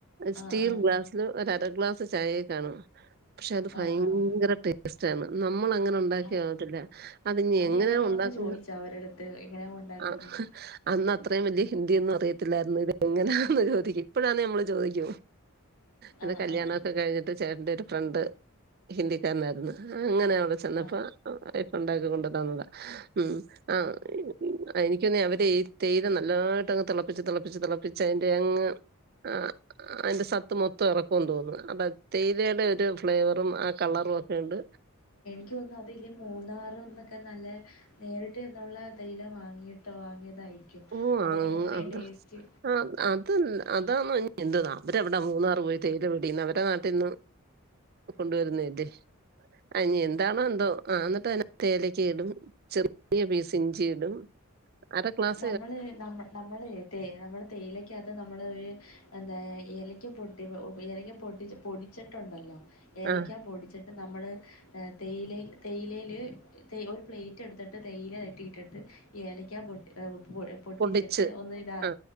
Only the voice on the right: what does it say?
സ്റ്റീൽ
ഗ്ലാസ്സില് ഒര് അര ഗ്ലാസ് ചായയെ കാണും പക്ഷെ അത് ഭയങ്കര
ടേസ്റ്റ് ആണ് നമ്മൾ അങ്ങനെ ഉണ്ടാക്കി ട്ടില്ല
അത്നി
എങ്ങനെയാ ഉണ്ടാക്കുന്നത്
ആഹ് അന്ന് അത്രയും വലിയ ഹിന്ദി അറിയത്തില്ലായിരുന്നു ഇത് എങ്ങനെയാന്ന് ചോദിക്കും ഇപ്പോഴാണ് നമ്മൾ ചോദിക്കോ എന്റെ
കല്യാണൊക്കെ
കഴിഞ്ഞിട്ട് ചേട്ടന്റെറെ ഒരു ഫ്രണ്ട് ഹിന്ദിക്കാരനായിരുന്നു അങ്ങനെ അവിടെ ചെന്നപ്പോ
ഇപ്പ ഉണ്ടാക്കി കൊണ്ടു തന്നതാ ഉം ആഹ് എനിക്കൊന്ന അവരെ ഈ തേരം നല്ലായിട്ട് അങ്ങ് തിളപ്പിച്ച് തിളപ്പിച്ച് തിളപ്പിച്ച് അതിറെ അങ്ങ് ആഹ് അതിന്റെ സത്ത് മൊത്തം ഇറക്കുമെന്ന് തോന്നുന്നു അത തേതയുടെ ഒരു ഫ്ലേവറും ആഹ് കളറും ഒക്കെ ഉണ്ട്
ഓഹ്
ആഹ്
അതാ
ആഹ് അത് അതാന്നിന്ത അവര് വിടെ മൂന്നാർ പോയി തേയില പിടന്ന് അവരെ നാട്ടിൽന്ന് കൊണ്ടുവരുന്നല്ലേ അനി ആയിനിഎന്താണോ എന്തോ ആഹ് എന്നിട്ട് ആഹ് തേലക്ക് ഇടും ചെറിയ പീസ് ഇഞ്ചി ഇടും അരഗ്ലാസ്
ആ
പൊടിച്ച്
ആ